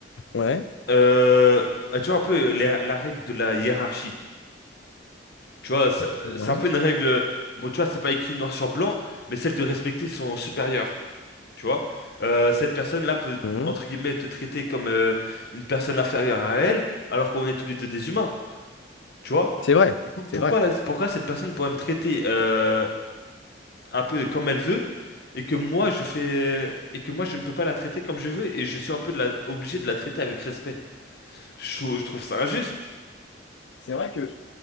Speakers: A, on the left (about 75°); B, on the left (about 60°).
A: Ouais.
B: Euh, bah, tu vois un peu euh, les- la règle de la hiérarchie. Tu vois, c'est
A: Ouais.
B: c'est un peu une règle. Bon, tu vois, c'est pas écrit noir sur blanc, mais celle de respecter son supérieur. Tu vois, Euh, cette personne-là peut
A: Mhm.
B: entre guillemets te traiter comme euh, une personne inférieure à elle, alors qu'on est tous les deux des humains. Tu vois.
A: C'est vrai,
B: Du coup,
A: c'est
B: pourquoi
A: vrai.
B: la- pourquoi cette personne pourrait me traiter euh, un peu comme elle veut et que moi je fais et que moi je ne peux pas la traiter comme je veux et je suis un peu de la- obligé de la traiter avec respect. Je, trou- je trouve ça injuste.
A: C'est vrai que